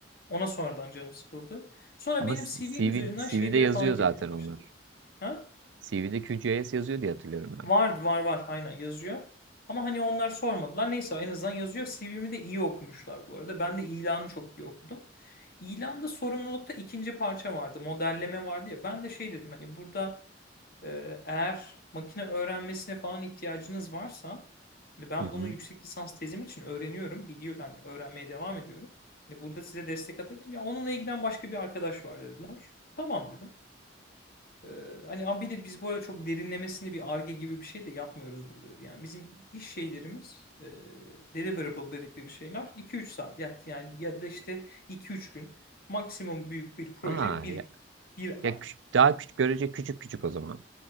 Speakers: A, on the left; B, on the right.
A: Ona sonradan canım sıkıldı. Sonra
B: Ama
A: benim CV'm
B: CV,
A: üzerinden
B: CV'de
A: şeylere
B: yazıyor
A: falan
B: zaten
A: girmeye
B: onlar.
A: başladı. Ha?
B: CV'de QGIS yazıyor diye hatırlıyorum
A: Var
B: ben.
A: var var aynen yazıyor. Ama hani onlar sormadılar. Neyse en azından yazıyor. CV'mi de iyi okumuşlar bu arada. Ben de ilanı çok iyi okudum. İlanda sorumlulukta ikinci parça vardı. Modelleme vardı ya. Ben de şey dedim hani burada e, eğer makine öğrenmesine falan ihtiyacınız varsa hani ben
B: Hı hı.
A: bunu yüksek lisans tezim için öğreniyorum. Biliyor yani öğrenmeye devam ediyorum. Hani burada size destek atabilirim. Ya onunla ilgilen başka bir arkadaş var dediler. Tamam dedim. Ee, hani ama bir de biz bu arada çok derinlemesine bir arge gibi bir şey de yapmıyoruz burada. Yani bizim iş şeylerimiz e, deliverable dedikleri şeyler iki üç saat ya- yani ya da işte iki üç gün maksimum büyük bir proje
B: Aa,
A: bir,
B: ya,
A: bir
B: ya
A: ay.
B: küç- daha küçük görece küçük küçük o zaman.